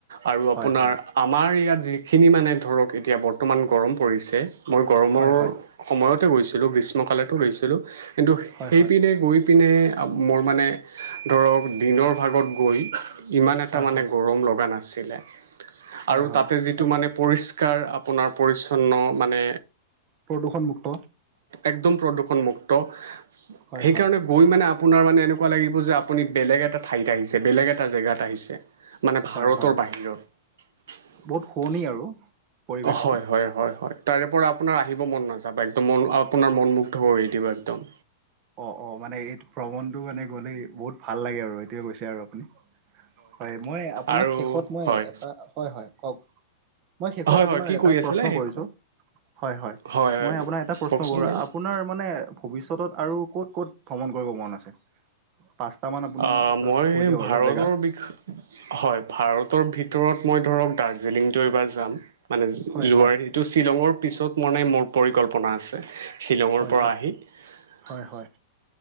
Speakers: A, on the right; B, on the right.
A: আৰু
B: হয়
A: আপোনাৰ
B: হয়
A: আমাৰ ইয়াত যি খিনি মানে ধৰক এতিয়া বৰ্তমান গৰম পৰিছে মই গৰমৰ
B: হয় হয়
A: সময়তে গৈছিলোঁ গ্ৰীষ্ ষ্মকালেটো লৈছিলোঁ কিন্তু
B: হয়
A: সেইপিনে
B: হয়
A: গৈ পিনে মোৰ মানে ধৰক দিনৰ ভাগত গৈ ইমান এটা
B: হয় হয়
A: মানে গৰম লগা নাছিলে
B: হয়
A: আৰু
B: হয়
A: তাতে যিটো
B: তাত
A: মানে পৰিচ্ কাৰ আপোনাৰ পৰিচ্ছন্ন মানে
B: প্ৰদূষণমুক্ত
A: একদম প্ৰদূষণ মুুক্ত ।
B: হয়
A: সেইকাৰণে
B: হয়
A: গৈ মানে আপোনাৰ মানে এনেকুৱা লাগিব যে আপুনি বেলেগ এটা ঠাইত আহিছে। বেলেগ এটা জেগাত আহিছে মানে ভাৰতৰ
B: হয় হয়
A: বাহিৰত ।
B: বহুত শুৱনি আৰু পৰিৱেশবোৰ
A: হয়, হয়, হয়, হয়, তাৰে পৰা আপোনাৰ আহিব মন নাযায় । যাবা একদম মন আপোনাৰ মনমুগ্ধ কৰি দিব একদম
B: অ, অ মানে এইটো ভ্ৰমণটো মানে গ'লে বহুত ভাল লাগে আৰু সেইটোৱে কৈছে আৰু আপুনি? হয় মই আপোনাক
A: আৰু
B: শেষত মই
A: হয়
B: এটা হয় - হয় কওক মই শেষত
A: হয়
B: আপোনাক
A: হয় কি
B: এটা
A: কৈ আছিলে
B: প্ৰশ্ন
A: শেষত
B: কৰিছো? হয়-হয়
A: হয় হয়
B: মই আপোনাৰ এটা প্ৰশ্ন
A: কওকচোন
B: কৰো
A: বাৰু
B: আপোনাৰ মানে ভবিষ্যতত আৰু ক'ত - ক'ত ভ্ৰমণ কৰিব মন আছে? পাঁচটামান আপুনি
A: অ,
B: জাষ্ট
A: মই
B: কৈ দিয়ক
A: ভাৰতৰ
B: আৰু জেগা
A: বিষ হয় ভাৰতৰ ভিতৰত মই ধৰক দাৰ্জিলিংটো এইবাৰ যাম মানে
B: হয়
A: যোৱাৰ
B: হয়
A: সিটো শ্বিলঙৰ পিছত মানে মোৰ পৰিকল্পনা আছে শ্বিলঙৰ
B: হয়
A: পৰা আহি ।
B: হয় হয়